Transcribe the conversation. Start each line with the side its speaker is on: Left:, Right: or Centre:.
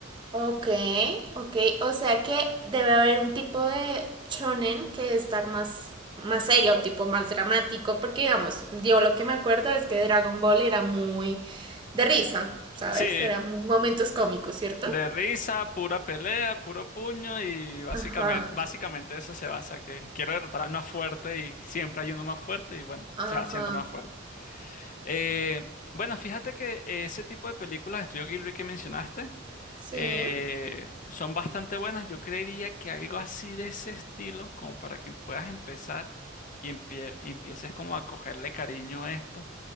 Right: Ok, ok. O sea que debe haber un tipo de shonen que debe estar más, más serio, tipo más dramático, porque digamos, yo lo que me acuerdo es que Dragon Ball era muy de risa, ¿sabes?
Left: Sí,
Right: Eran mo- momentos cómicos, ¿cierto?
Left: de risa, pura pelea, puro puño y básicamente,
Right: Ajá,
Left: básicamente eso se basa, que quiero derrotar al más fuerte y siempre hay uno más fuerte y bueno,
Right: ajá,
Left: se va haciendo más fuerte. Eh, bueno, fíjate que ese tipo de películas, de Estudio Ghibli que mencionaste,
Right: sí.
Left: eh, son bastante buenas. Yo creería que algo así de ese estilo, como para que puedas empezar y empie- empieces como a cogerle cariño a esto,